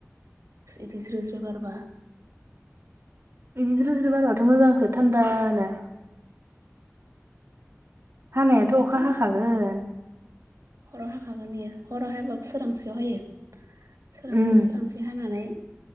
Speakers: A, on the right; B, on the right.
A: बिदिस्रिस्रि गबा
B: बिजिरो जिर बाराथ' मोजांसो थान्दानो। हानायाथ'
A: खिन्थु
B: अखा हाखागोन।
A: हराव हाखागोन बेयो हराव हायाबाबो सोरांसेयाव हायो। सोरांसै
B: उम
A: सोरांसै हानानै